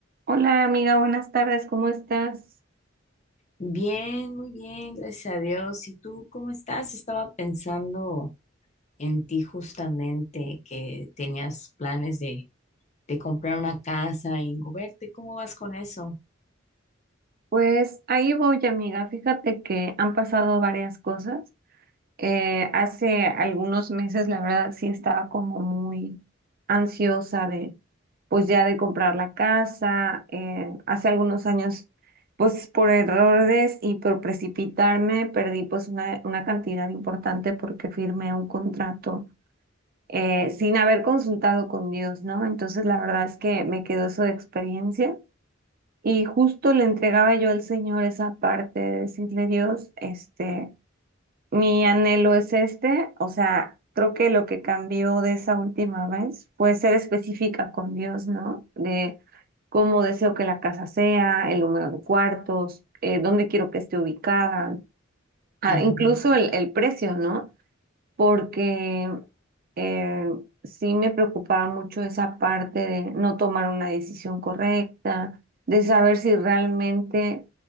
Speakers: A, on the right; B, on the left.
A: Hola amiga, buenas tardes, ¿cómo estás?
B: Bien, muy bien, gracias a Dios. ¿Y tú cómo estás? Estaba pensando en ti justamente, que tenías planes de, de comprar una casa y moverte. ¿Cómo vas con eso?
A: Pues ahí voy amiga, fíjate que han pasado varias cosas. Eh, hace algunos meses la verdad sí estaba como muy ansiosa de pues ya de comprar la casa. Eh, hace algunos años pues por errores y por precipitarme perdí pues una, una cantidad importante porque firmé un contrato eh, sin haber consultado con Dios, ¿no? Entonces la verdad es que me quedó su experiencia y justo le entregaba yo al Señor esa parte de decirle, Dios, este, mi anhelo es este, o sea, creo que lo que cambió de esa última vez fue ser específica con Dios, ¿no? De cómo deseo que la casa sea, el número de cuartos, eh, dónde quiero que esté ubicada, ah,
B: Ujú.
A: incluso el, el precio, ¿no? porque eh, sí me preocupaba mucho esa parte de no tomar una decisión correcta, de saber si realmente